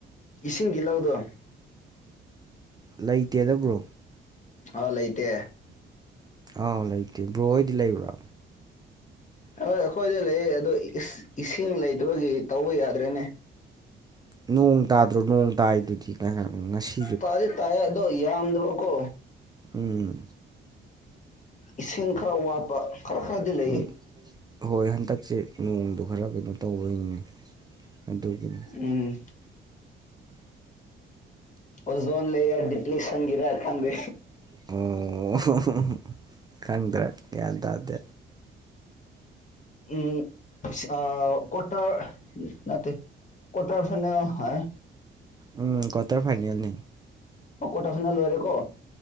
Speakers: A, on the left; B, on the right.
A: ꯏꯁꯤꯡꯗꯤ ꯂꯧꯗ꯭ꯔꯣ
B: ꯂꯩꯇꯦꯗ ꯕ꯭ꯔꯣ
A: ꯑ ꯂꯩꯇꯦ
B: ꯑꯥꯎ ꯂꯩꯇꯦ ꯕ꯭ꯔꯣ ꯍꯣꯏꯗꯤ ꯂꯩꯕ꯭ꯔꯥ
A: ꯑꯣꯏ ꯑꯩꯈꯣꯏꯗ ꯂꯩꯌꯦ ꯑꯗꯣ ꯏꯁꯤꯡ ꯂꯩꯇꯕꯒꯤ ꯇꯧꯕ ꯌꯥꯗ꯭ꯔꯦꯅꯦ
B: ꯅꯣꯡ ꯇꯥꯗ꯭ꯔꯣ ꯅꯣꯡ ꯇꯥꯏꯗꯨꯗꯤ ꯉꯥꯏꯍꯥꯛ ꯉꯁꯤ
A: ꯇꯥꯗꯤ ꯇꯥꯏꯌꯦ ꯑꯗꯣ ꯌꯥꯝꯗꯕ ꯀꯣ
B: ꯎꯝ
A: ꯏꯁꯤꯡ ꯈꯔ ꯋꯥꯠꯄ ꯈꯔ ꯈꯔꯗꯤ ꯂꯩ
B: ꯎꯝ ꯍꯣꯏ ꯍꯟꯗꯛꯁꯦ ꯅꯣꯡꯗꯣ ꯈꯔ ꯀꯩꯅꯣ ꯇꯧꯕꯒꯤꯅꯦ ꯑꯗꯨꯒꯤꯅꯤ
A: ꯎꯝ ꯑꯣꯖꯣꯟ ꯂꯩꯌꯥꫪ ꯗꯤꯄ꯭ꯂꯤꯁꯟꯒꯤꯔ ꯈꯪꯗꯦ
B: <unintelligible> ꯈꯪꯗ꯭ꯔꯦ ꯒ꯭ꯌꯥꯟ ꯇꯥꯗꯦ
A: ꯎꯝ ꯑ ꯀ꯭ꯋꯥꯇꫪ ꯅꯠꯇꯦ ꯀ꯭ꯋꯥꯇꫪ ꯐꯥꯏꯅꯦ ꯍꯥꯏ
B: ꯎꯝ ꯀ꯭ꯋꯥꯇꫪ ꯐꯥꯏꯅꯦꯜ ꯅꯦ
A: <unintelligible> ꯂꯣꯏꯔꯦ ꯀꯣ